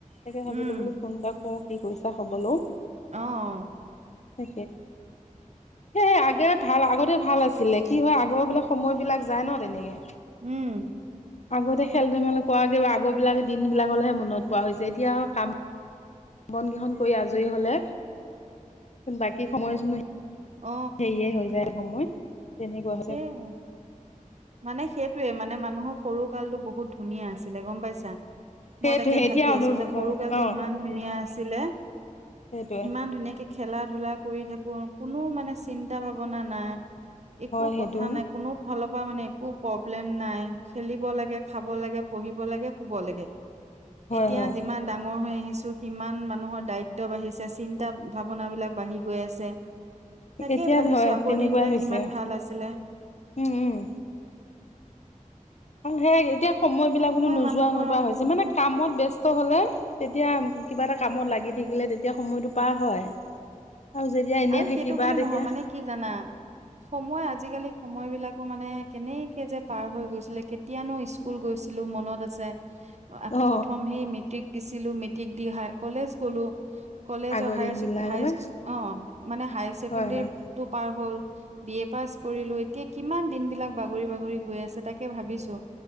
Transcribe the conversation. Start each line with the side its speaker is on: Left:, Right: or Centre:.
Left: তাকে
Right: উম
Left: ভাবিলো বোলো ফোন এটা কৰোঁ কি কৰিছা খবৰ লওঁ।
Right: অ', অ'।
Left: তাকে এই আগে ভাল আগতে ভাল আছিলে। কি হয়, আগৰ বিলাক সময় বিলাক যায় ন' তেনেকে।
Right: উম।
Left: আগতে খেল-ধেমালি কৰা, আগৰ বিলাক দিন বিলাকলৈহে মনত পৰা হৈছে এতিয়া আৰু কাম বন কেখন কৰি আজৰি হ'লে, বাকী সময়চোন
Right: অ
Left: হেৰীয়ে হৈ যায় সময়। তেনেকুৱা হৈছে
Right: সেইয়াই। মানে সেইটোৱে, মানে মানুহৰ সৰু কালটো বহুত ধুনীয়া আছিলে গম পাইছা?
Left: সেইটোৱে
Right: মই তাকে
Left: এতিয়া
Right: ভাবি
Left: অনুভৱ
Right: আছো যে,
Left: হয়
Right: সৰু কালটো
Left: অ
Right: ইমান ধুনীয়া আছিলে।
Left: সেইটোৱে
Right: ইমান ধুনীয়াকে খেলা-ধূলা কৰি থাকো, কোনো মানে চিন্তা ভাৱনা নাই। একো
Left: হয় সেইটো
Right: কথা নাই। কোনো ফালৰ পৰা মানে একো প্ৰব্লেম নাই, খেলিব লাগে, খাব লাগে, পঢ়িব লাগে, শুব লাগে।
Left: <inaudible>
Right: এতিয়া
Left: হয়
Right: যিমান ডাঙৰ হৈ আহিছো। সিমান মানুহৰ দায়িত্ব বাঢ়িছে, চিন্তা ভাৱনা বিলাক বাঢ়ি গৈ আছে। তাকে
Left: এতিয়া
Right: ভাবিছো
Left: হয়
Right: আগৰ
Left: তেনেকুৱাই
Right: দিন বিলাক
Left: হৈছে
Right: কিমান ভাল আছিলে।
Left: উম, উম। আৰু সেই এতিয়া সময় বিলাক বোলো নোযোৱা
Right: মানুহৰ
Left: নোপোৱা হৈছে,
Right: উম
Left: মানে কামত ব্যস্ত হ'লে তেতিয়া কিবা এটা কামত লাগি থাকিলে, তেতিয়া সময়টো পাৰ হয়। আৰু যেতিয়া এনেই
Right: আৰু
Left: থাকিবা
Right: সেইটো বুলি
Left: তেতিয়া
Right: নহয় মানে কি জানা, সময় আজিকালি সময় বিলাকো মানে কেনেকে যে পাৰ হৈ গৈছিলে কেতিয়ানো স্কুল গৈছিলো, মনত আছে।
Left: অ
Right: প্ৰথম সেই মেট্ৰিক দিছিলো, মেট্ৰিক দি হাই কলেজ গ'লো। কলেজৰ
Left: আগৰ
Right: হাই-হাই
Left: দিন বিলাকলে
Right: অ', মানে হাই ছেকেণ্ডাৰী
Left: হয় হয়
Right: টো পাৰ হ'ল। বি এ পাছ কৰিলো, এতিয়া কিমান দিন বিলাক বাগৰি বাগৰি গৈ আছে, তাকে ভাবিছো।